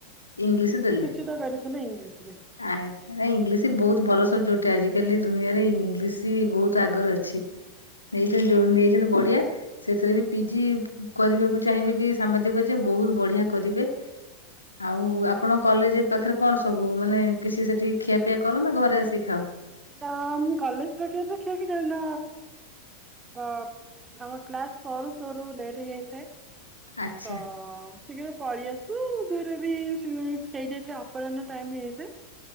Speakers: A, on the left (about 80°); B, on the right (about 15°).
A: ଇଂଲିଶ ଦେଲେ।
B: ସୂଚିତ କରିଥିଲେ ଇଂଲିଶ ରେ
A: ଆ ଇଂଲିଶ ବହୁତ ଭଲ ସବଜେକ୍ଟ ଗୋଟେ ଆଜିକାଲି ଦୁନିଆରେ ଇଂଲିଶ ବହୁତ ଆଗରେ ଅଛି। ନେଇଛନ୍ତି ଯୋଉ ନେଇଛ ବଢିଆ ସେଥିରେ ବି ପିଜି କରିବାକୁ ଚାହିଁବେ କି ସାମ୍ବାଦିକ କ ବହୁତ ବଢିଆ କରିବେ? ଆଉ ଆପଣ କଲେଜ ପାଖରେ କଣ ସବୁ ମାନେ କିଛି ସେଠି ଖିଆପିଆ କର ନା ଘରେ ଆସିିକି ଖାଅ?
B: ନା ମୁ କଲେଜ ପାଖରେ ଖିଆଖିଇ କରେନା। ତ ଆମ କ୍ଲାସ ସରୁ ସରୁ ଲେଟ୍ ହେଇଯାଇଥାଏ
A: ଆଚ୍ଛା
B: ତ ଶୀଘ୍ର ପଳେଇ ଆସୁ। ଦୁଇରେ ବି ସେଇଠି ଅପରାହ୍ନ ଟାଇମ ହେଇଯାଇଥାଏ।